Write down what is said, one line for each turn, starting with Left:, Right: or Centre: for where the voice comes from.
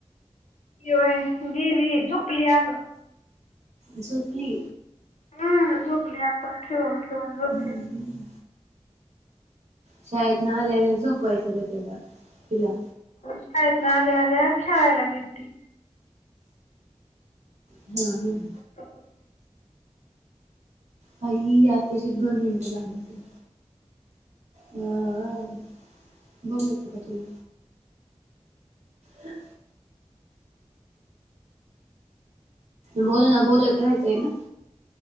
Left: की व्हय गेली झोपली आता.
Right: झुबली.
Left: हा झोपली आतांच खेळून खेळून झोपली.
Right: हम्म. शाळेत नं आल्यानं झोपवायचं ग तीला तिला
Left: शाळेतनं आल्या आल्या खेळायला गेलती.
Right: हम्म हम्म
Left: तसं.
Right: कायी आताची दोन मिनिटं झाल्याती. अहं, बोलायचं का तुला. हं. बोल ना बोलत राहायचंय ना.